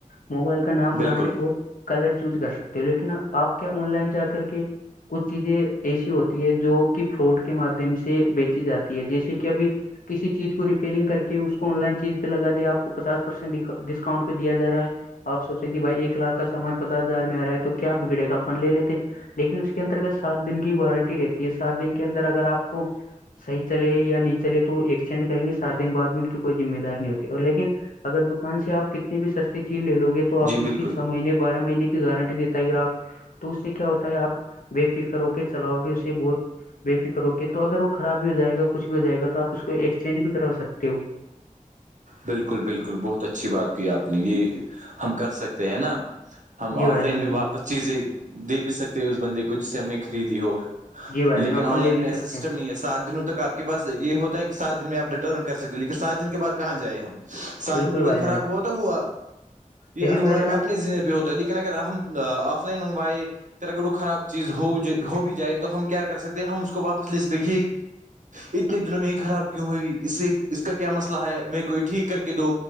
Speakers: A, on the left (about 80°); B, on the right (about 65°).
A: موبائل کا نام برانڈ
B: بالکل
A: اور کلر چوز کر سکتے ہو لیکن آپ کیا آن لائن جا کر کے کچھ چیزیں ایسی ہوتی ہے جو کہ فراڈ کے مادھیم سے بیچی جاتی ہے جیسے کہ ابھی کسی چیز کو ریپیئرنگ کر کے اس کو آن لائن چیز پہ لگا دیا آپ کو پچاس پرسینٹ ڈسکاؤنٹ پہیا جا رہا ہے آپ سوچے کہ بھائی ایک لاکھ کا سامان پچاس ہزار میں آ رہا ہے تو کیا بگڑے گا اپن لے لیتے لیکن اس کے انترگت سات دن کی وارنٹی رہتی ہے سات دن کے اندر اگر آپ کو صحی چلے یا نہیں چلے تو ایکسچینج کریں گے سات دن بع بھی ان کی کوئی ذمہ دار نہیں ہوتی اور لیکن اگر دکان سے آپ کتنی بھی سستی چیز لے لوے تو آپ
B: جی بالکل
A: اس کی چھ مہینے بارہ مہینے کی گارنٹی دیتے گراہک تو اس سے کیا ہوتا ہے آپ بے فکر ہو کے چلاؤ گے اسے بہت بے فکر اوک تو اگر وہ خراب بھی ہو جائے گا کچھ بھی ہو جائے گا آپ اس کو ایکسچینج بھی کروا سکتے ہو
B: بالکل بالکل بہت اچھی بات کی آپ نے یہ ہم کر سکتے ہیں نا ہم
A: جی
B: آف
A: بھائی
B: لائن
A: جان
B: میں
A: بالکل
B: واپس چیزیں دے بھی سکتے اس بندے کو جس سے ہم نے خریدی ہو
A: جی بھائی
B: لیکن
A: جان اپن
B: آن لائن
A: لے بھی
B: میں
A: سکتے
B: ایسا سسٹم
A: ہیں
B: نہیں ہے سات دنوں تک آپ کے پس یہ ہوتا ہے کہ سات دن میں آپ ریٹرن کر سکتے ہو لیکن سات دن کے بعد کہاں جائیں ہم سھن
A: بالکل
B: ق
A: بھائی
B: بت خراب
A: جان
B: ہوا تو ہوا یہ
A: لیکن
B: ہمارے
A: بھائی جان
B: اپنے ہنے پہ ہوتا لیکن لیکن اگر ہم آف لائن منگوائے پھر اگر وہ خراب چیز ہو بھی جائے تو ہم کیا کر سکتے ہیں ہم اس کو واپس لے سکتے یہ اتنے دنوں میں یہ خراب کیوں ہوئیئی اس سے اس کا کیا مسئلہ ہے میںیرے کوئی ٹھیک کر کے دو